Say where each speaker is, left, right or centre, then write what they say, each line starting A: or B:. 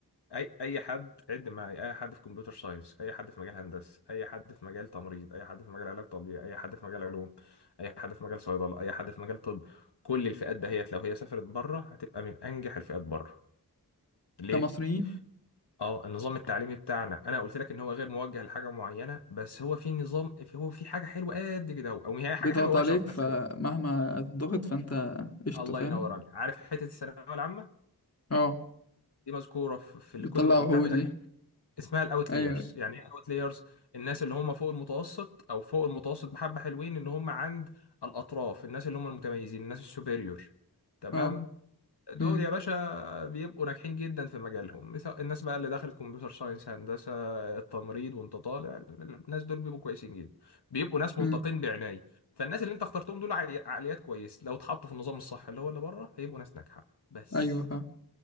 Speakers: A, on the left (about 80°); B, on the left (about 40°).
A: اي اي حد عد معايا اي حد في كمبيوتر ساينس اي حد في مجال هندسه اي حد في مجال تمريض اي حد في مجال علاج طبيعي اي حد في مجال علوم اي حد في مجال صيدله اي حد في مجال طب كل الفئات دهيت لو هي سافرت بره هتبقى من انجح الفئات بره ليه
B: كمصريين
A: اه النظام التعليمي بتاعنا انا قلت لك ان هو غير موجه لحاجه معينه بس هو في نظام هو في حاجه حلوه قد كده او هي حاجه
B: بيضغط
A: حلوه ووحشه
B: عليك
A: في
B: فمهما
A: نفس الوقت
B: ضغط فانت قشطه
A: الله
B: فاهم
A: ينور عليك عارف حته الثانويه العامه
B: اه
A: دي مذكوره في في الكتب
B: بتطلع
A: اللي
B: وحوش
A: بتاعت الاجانب
B: دي
A: اسمها الاوتلايرز
B: ايوه
A: يعني ايه اوتلايرز الناس اللي هم فوق المتوسط او فوق المتوسط بحبه حلوين اللي هم عند الاطراف الناس اللي هم المتميزين الناس السوبريور تمام
B: اه
A: دول
B: امم
A: يا باشا بيبقوا ناجحين جدا في مجالهم مثل الناس بقى اللي دخلت كمبيوتر ساينس هندسة التمريض وانت طالع الناس دول بيبقوا كويسين جدا بيبقوا ناس
B: امم
A: منتقين بعناية فالناس اللي انت اخترتهم دول عالي- عقليات كويس لو اتحطوا في النظام الصح اللي هو اللي بره هيبقوا ناس ناجحة بس
B: ايوه فاهم